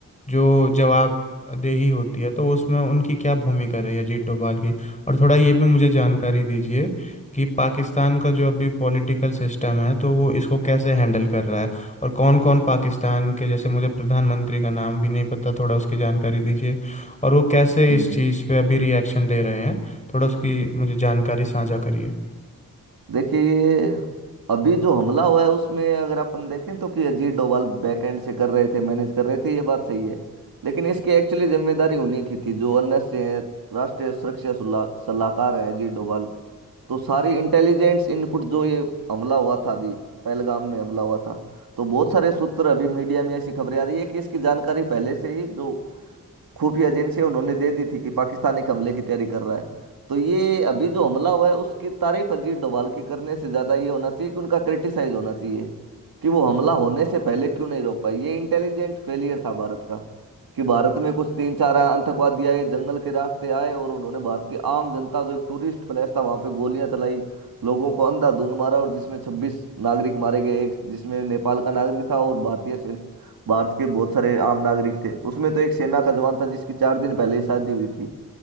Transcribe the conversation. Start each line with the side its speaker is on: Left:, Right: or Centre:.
Left: जो जवाबदेही होती है तो उसमें उनकी क्या भूमिका रही है अजीत डोभाल की और थोड़ा ये भी मुझे जानकारी दीजिए कि पाकिस्तान का जो अभी पॉलिटिकल सिस्टम है तो वो इसको कैसे हैंडल कर रहा है और कौन कौन पाकिस्तान के जैसे मुझे प्रधानमंत्री का नाम भी नहीं पता थोड़ा उसकी जानकारी दीजिए और वो कैसे
Right: जी
Left: इस
Right: जी
Left: चीज़ पे अभी रिएक्शन दे रहे हैं थोड़ा उसकी मुझे जानकारी साझा करिए
Right: देखिए ये अभी जो हमला हुआ है उसमें अगर अपन देखें तो कि अजीत डोभाल बैकएंड से कर रहे थे मैनेज कर रहे थे ये बात सही है लेकिन इसकी एक्चुअली जिम्मेदारी उन्हीं की थी जो अन्य से हैं, राष्ट्रीय सुरक्षा सुला- सलाहकार हैं अजीत डोभाल तो सारी इंटेलिजेंस इनपुट जो ये हमला हुआ था अभी पहलगाम में हमला हुआ था तो बहुत सारे सूत्र अभी मीडिया में ऐसी खबरें आ रही है कि इसकी जानकारी पहले से ही जो खुफिया एजेंसियां उन्होंने दे दी थी कि पाकिस्तान एक हमले की तैयारी कर रहा है तो ये अभी जो हमला हुआ है उसकी तारीफ अजीत डोभाल की करने से ज़्यादा ये होना चाहिए कि उनका क्रिटिसाइज होना चाहिए कि वो हमला होने से पहले क्यों नहीं रोक पाए ये इंटेलिजेंट फेलियर था भारत का कि भारत में कुछ तीन चार आतंकवादी आए जंगल के रास्ते आए और उन्होंने भारत की आम जनता जो एक टूरिस्ट प्लेस था वहां पे गोलियां चलाई लोगों को अंधाधुंध मारा और जिसमें छब्बीस नागरिक मारे गए एक जिसमें नेपाल का नागरिक था और भारतीय सेन- भारत के बहुत सारे आम नागरिक थे उसमें तो एक सेना का जवान था जिसकी चार दिन पहले ही शादी हुई थी